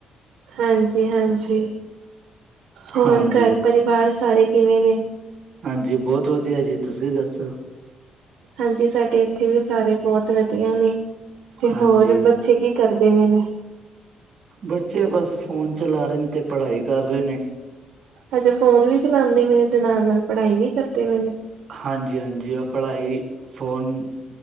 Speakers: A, on the right; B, on the right.
A: ਹਾਂਜੀ ਹਾਂਜੀ, ਹੋਰ
B: ਹਾਂਜੀ
A: ਘਰ-ਪਰਿਵਾਰ ਸਾਰੇ ਕਿਵੇਂ ਨੇ?
B: ਹਾਂਜੀ ਬਹੁਤ ਵਧੀਆ ਜੀ, ਤੁਸੀਂ ਦੱਸੋ?
A: ਹਾਂਜੀ, ਸਾਡੇ ਇੱਥੇ ਵੀ ਸਾਰੇ ਬਹੁਤ ਵਧੀਆ ਨੇ ਤੇ
B: ਹਾਂਜੀ
A: ਹੋਰ ਬੱਚੇ ਕੀ ਕਰਦੇ ਪਏ ਨੇ?
B: ਬੱਚੇ ਬਸ ਫੋਨ ਚਲਾ ਰਹੇ ਨੇ ਤੇ ਪੜ੍ਹਾਈ ਕਰ ਰਹੇ ਨੇ।
A: ਅੱਛਾ ਫੋਨ ਵੀ ਚਲਾਉਂਦੇ ਪੇ ਨੇ ਤੇ ਨਾਲ-ਨਾਲ ਪੜ੍ਹਾਈ ਵੀ ਕਰਤੇ ਪਏ ਨੇ
B: ਹਾਂਜੀ-ਹਾਂਜੀ ਉਹ ਪੜ੍ਹਾਈ ਫੋਨ